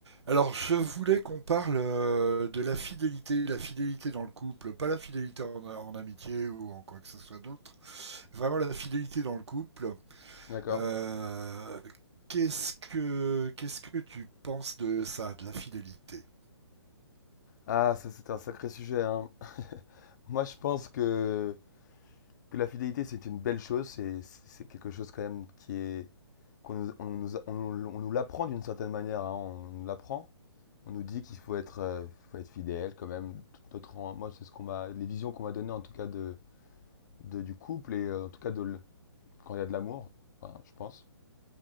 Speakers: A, on the right; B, on the left.
A: Alors, je voulais qu'on parle euh, de la fidélité, la fidélité dans le couple, pas la fidélité en, en amitié ou en quoi que ce soit d'autre, vraiment la fidélité dans le couple.
B: D'accord.
A: Euh, qu'est-ce que, qu'est-ce que tu penses de ça, de la fidélité?
B: Ah, ça c'est un sacré sujet, hein. <laughs> Moi je pense que, que la fidélité c'est une belle chose, c'est c'est quelque chose quand même qui est qu'on nous, on nous, on nous, on nous l'apprend d'une certaine manière, hein, on nous l'apprend. On nous dit qu'il faut être, euh, faut être fidèle quand même. Tout Notre, en- moi c'est ce qu'on m'a, les visions qu'on m'a données en tout cas de, de- du couple et euh, en tout cas de, l- quand il y a de l'amour, enfin, je pense.